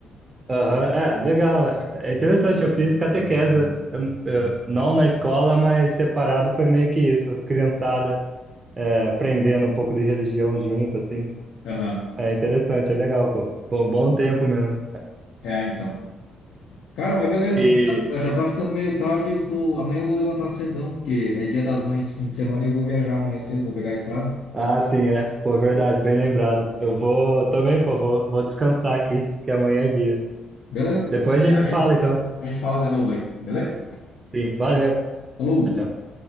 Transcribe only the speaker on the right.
aham, é, legal, é, é interessante, eu fiz catequese, em- eh, não na escola, mas separado foi meio que isso, as criançadas eh, aprendendo um pouco de religião junto, assim,
é interessante, é legal, pô, bom, bom tempo mesmo.
E,
ah, sim, é, pô, verdade, bem lembrado, eu vou também, pô, vou, vou descansar aqui, que amanhã é dia.
Depois
a gente
se
fala, então,
sim, valeu.
tchau tchau.